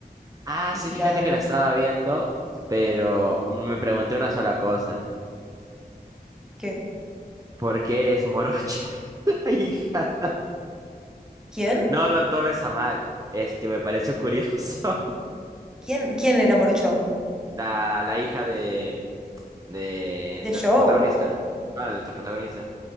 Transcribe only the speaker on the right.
Ah,
sí, fíjate que la estaba viendo, pero me pregunté una sola cosa.
¿Por qué es morocha <laughs> la hija?
No lo tomes a mal, es que me pareció curioso. <laughs>
La, la hija de, de
nuestro
protagonista. No, de nuestro protagonista.